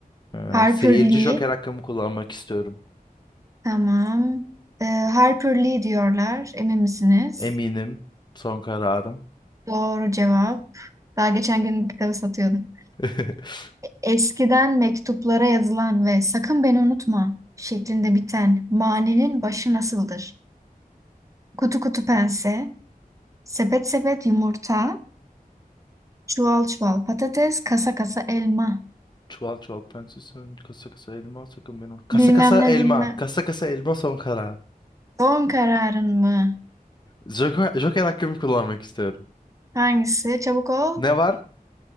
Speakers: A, on the left; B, on the right.
A: Ee,
B: Harper
A: seyirci
B: Lee,
A: joker hakkımı kullanmak istiyorum.
B: tamam. Ee, Harper Lee diyorlar, emin misiniz?
A: Eminim son kararım.
B: Doğru cevap. Daha geçen gün bu kitabı satıyordum.
A: <laughs>
B: Eskiden mektuplara yazılan ve sakın beni unutma şeklinde biten manenin başı nasıldır? Kutu kutu pense, Sepet sepet yumurta, çuval çuval patates, kasa kasa elma.
A: Çuval çuval pense sen kasa kasa elma sakın benim. Kasa
B: Bilmem
A: kasa
B: ne
A: elma.
B: bilmem.
A: Kasa kasa elma son karar.
B: Son kararın mı?
A: Joker, Joker hakkımı kullanmak istiyorum.
B: Hangisi? Çabuk ol.
A: Ne var?